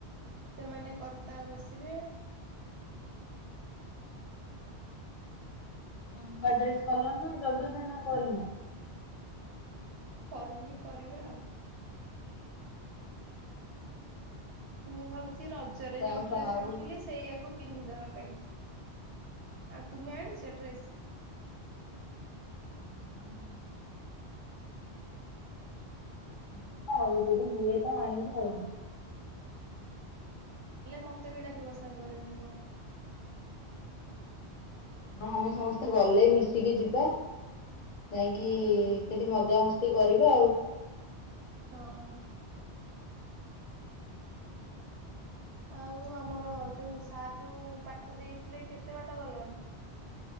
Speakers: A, on the right; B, on the left.
A: ସେମାନେ କର୍ତ୍ତା ବସିବେ।
B: କଣ ନୂଆ ଡ୍ରେସ୍ କଲଣି ନା ଯଜ୍ଞ ପାଇଁ ନା କରିନ?
A: କରିନି କରିବା ଆଉ। ମୁଁ ଭାବୁଚି ରଜରେ
B: ମୁଁ ତ
A: ଯୋଉ
B: ଆଉ ସା-
A: ଡ୍ରେସ
B: ଆଉ
A: ଆଣିଥିଲି ସେଇଆକୁ କୁ ପିନ୍ଧିଦବା ପାଇଁ। ଆଉ ତୁମେ ଆଣିଚ ଡ୍ରେସ୍?
B: <unintelligible> ଦେଖିବା ଆଉ ଯଦି ହୁଏ ତ ଆଣିବି ଆଉ।
A: ହେଲେ ମତେ ବି ଡାକିବ ସାଙ୍ଗରେ ନେବ।
B: ହଁ ଆମେ ସମସ୍ତେ ଗଲେ ମିଶିକି ଯିବା। ଯାଇଁକି
A: ଓହୋ ହଁ।
B: ସେଠି ମଜାମସ୍ତି କରିବା ଆଉ।
A: ହଁ। ଆଉ ଆମର ଯୋଉ ସାର୍ ଯୋଉ ପାଠ ଦେଇଥିଲେ କେତେ ବାଟ ଗଲାଣି?